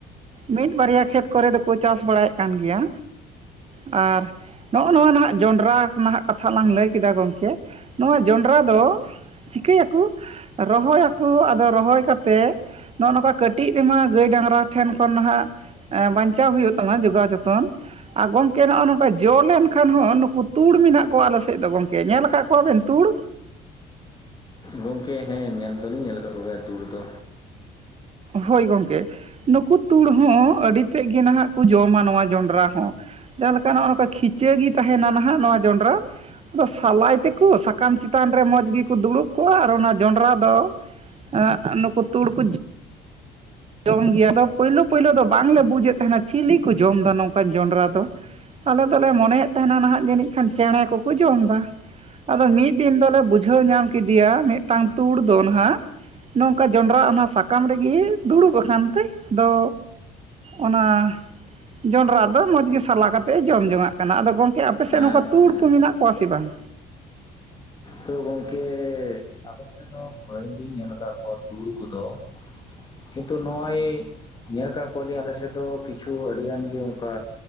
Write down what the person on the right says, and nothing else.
ᱢᱤᱫ ᱵᱟᱨᱭᱟ ᱠᱷᱮᱛ ᱠᱚᱨᱮ ᱫᱚᱠᱚ ᱪᱟᱥ ᱵᱟᱲᱟᱭᱮᱫ ᱠᱟᱱ ᱜᱮᱭᱟ᱾ ᱟᱨ ᱱᱚᱜᱼᱚ ᱱᱚᱣᱟ ᱱᱟᱦᱟᱜ ᱡᱚᱸᱰᱨᱟ ᱱᱟᱦᱟᱜ ᱠᱟᱛᱷᱟ ᱞᱟᱝ ᱞᱟᱹᱭ ᱠᱮᱫᱟ ᱜᱚᱢᱠᱮ ᱱᱚᱣᱟ ᱡᱚᱸᱰᱨᱟ ᱫᱚ ᱪᱤᱠᱟᱹ ᱭᱟᱠᱚ᱾ ᱨᱚᱦᱚᱭᱟᱠᱚ ᱟᱫᱚ ᱨᱚᱦᱚᱭ ᱠᱟᱛᱮ ᱱᱚᱜᱼᱚ ᱱᱚᱝᱠᱟ ᱠᱟᱹᱴᱤᱡ ᱨᱮᱢᱟ ᱜᱟᱹᱭ ᱰᱟᱝᱨᱟ ᱴᱷᱮᱱ ᱠᱷᱚᱱ ᱱᱟᱦᱟᱜ ᱮᱸ ᱵᱟᱧᱪᱟᱣ ᱦᱩᱭᱩᱜ ᱛᱟᱢᱟ ᱡᱚᱜᱟᱣ ᱡᱚᱛᱚᱱ᱾ ᱟᱨ ᱜᱚᱢᱠᱮ ᱱᱚᱜᱼᱚ ᱞᱭ ᱱᱚᱝᱠᱟ ᱡᱚ ᱞᱮᱱᱠᱷᱟᱱ ᱦᱚᱸ ᱱᱩᱠᱩ ᱛᱩᱲ ᱢᱮᱱᱟᱜ ᱠᱚᱣᱟ ᱟᱞᱮ ᱥᱮᱫ ᱫᱚ ᱜᱚᱢᱠᱮ᱾ ᱧᱮᱞ ᱟᱠᱟᱫ ᱠᱚᱣᱟ ᱵᱮᱱ ᱛᱩᱲ?
ᱦᱳᱭ ᱜᱚᱢᱠᱮ, ᱱᱩᱠᱩ ᱛᱩᱲ ᱦᱚᱸ ᱟᱹᱰᱤ ᱛᱮᱫ ᱜᱮ ᱱᱟᱦᱟᱜ ᱠᱚ ᱡᱚᱢᱟ ᱱᱚᱣᱟ ᱡᱚᱱᱰᱨᱟ ᱦᱚᱸ᱾ ᱡᱟᱦᱟᱸ ᱞᱮᱠᱟ ᱱᱚᱜᱚ ᱱᱚᱝᱠᱟ ᱠᱷᱤᱪᱟᱹ ᱜᱤ ᱛᱟᱦᱮᱱᱟ ᱱᱟᱦᱟᱜ ᱱᱚᱣᱟ ᱡᱚᱸᱰᱨᱟ᱾ ᱟᱫᱚ ᱥᱟᱞᱟᱭ ᱛᱮᱠᱚ ᱥᱟᱠᱟᱢ ᱪᱮᱛᱟᱱ ᱨᱮ ᱢᱚᱡᱽ ᱜᱮᱠᱚ ᱫᱩᱲᱩᱵ ᱠᱚᱜᱟ ᱟᱨ ᱚᱱᱟ ᱡᱚᱸᱰᱨᱟ ᱫᱚ ᱟᱜ ᱟ ᱱᱩᱠᱩ ᱛᱩᱲ ᱠᱩ ᱡᱚᱢ ᱜᱮᱭᱟ ᱟᱫᱚ ᱯᱳᱭᱞᱳ ᱯᱳᱭᱞᱳ ᱫᱚ ᱵᱟᱝᱞᱮ ᱵᱩᱡᱮᱜ ᱛᱟᱦᱮᱱᱟ ᱪᱤᱞᱤ ᱠᱚ ᱡᱚᱢᱫᱟ ᱱᱚᱝᱠᱟᱱ ᱡᱚᱸᱰᱨᱟ ᱫᱚ᱾ ᱟᱞᱮ ᱫᱚᱞᱮ ᱢᱚᱱᱮᱭᱮᱜ ᱛᱟᱦᱮᱱᱟ ᱱᱟᱦᱟᱜ ᱡᱟᱹᱱᱤᱡ ᱠᱷᱟᱱ ᱪᱮᱬᱮ ᱠᱚᱠᱚ ᱡᱚᱢᱫᱟ᱾ ᱟᱫᱚ ᱢᱤᱫ ᱫᱤᱱ ᱫᱚᱞᱮ ᱵᱩᱡᱷᱟᱹᱣ ᱧᱟᱢ ᱠᱮᱫᱤᱭᱟ ᱢᱤᱫᱴᱟᱝ ᱛᱩᱲ ᱫᱚ ᱱᱟᱦᱟᱜ ᱱᱚᱝᱠᱟ ᱡᱚᱸᱰᱨᱟ ᱚᱱᱟ ᱥᱟᱠᱟᱢ ᱨᱮᱜᱮ ᱫᱩᱲᱩᱵ ᱟᱠᱟᱱ ᱛᱮ ᱟᱫᱚ ᱚᱱᱟ ᱡᱚᱱᱰᱨᱟ ᱫᱚ ᱢᱚᱡᱽ ᱜᱮ ᱥᱟᱞᱟ ᱠᱟᱛᱮᱜ ᱮ ᱡᱚᱢ ᱡᱚᱝᱟᱜ ᱠᱟᱱᱟ᱾ ᱟᱫᱚ ᱜᱚᱢᱠᱮ ᱟᱯ ᱟᱯᱮᱥᱮᱜ ᱱᱚᱝᱠᱟ
ᱛᱩᱲ ᱠᱚ ᱢᱮᱱᱟᱜ ᱠᱚᱣᱟ ᱥᱮ ᱵᱟᱝ?